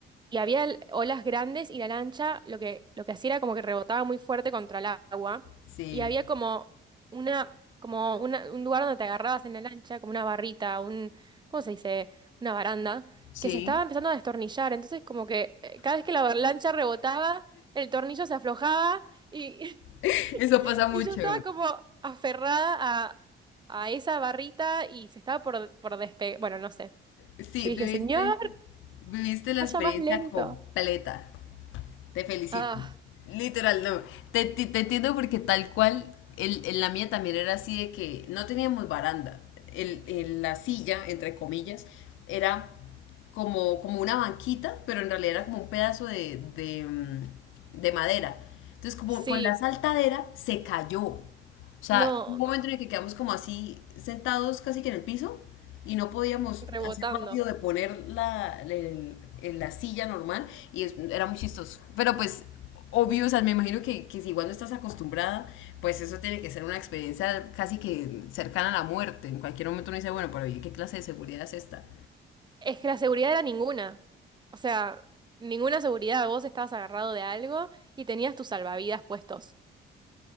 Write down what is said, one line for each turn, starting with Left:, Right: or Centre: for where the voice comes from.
Right: y había l- olas grandes y la lancha lo que, lo que hacía era como que rebotaba muy fuerte contra el agua
Left: Sí,
Right: y había como una, como una- un lugar donde te agarrabas en la lancha, como una barrita, un, ¿cómo se dice? Una baranda,
Left: sí,
Right: que se estaba empezando a destornillar, entonces como que eh, cada vez que la bar- lancha rebotaba, el tornillo se aflojaba y,
Left: <laughs> eso
Right: <laughs>
Left: pasa mucho.
Right: y yo estaba como aferrada a, a esa barrita y se estaba por, por despegar, bueno, no sé.
Left: Sí,
Right: Yo
Left: viviste,
Right: dije, señor,
Left: viviste la
Right: vaya
Left: experiencia
Right: más lento.
Left: completa. Te felicito.
Right: Ah,
Left: Literal, no. Te, te- te entiendo porque tal cual, el, en la mía también era así de que no teníamos baranda. El, el- la silla, entre comillas, era como, como una banquita, pero en realidad era como un pedazo de, de, mm, de madera. Entonces, como
Right: sí.
Left: con la saltadera, se cayó. O sea,
Right: No,
Left: hubo un momento
Right: no,
Left: en el que quedamos como así sentados casi que en el piso y no podíamos
Right: rebotando.
Left: hacer rápido de poner la, el- el- la silla normal y es- era muy chistoso. Pero pues obvio, o sea, me imagino que, que si igual no estás acostumbrada, pues eso tiene que ser una experiencia casi que cercana a la muerte. En cualquier momento uno dice, bueno, pero ¿y qué clase de seguridad es esta?
Right: Es que la seguridad era ninguna. O sea, ninguna seguridad. Vos estabas agarrado de algo y tenías tus salvavidas puestos.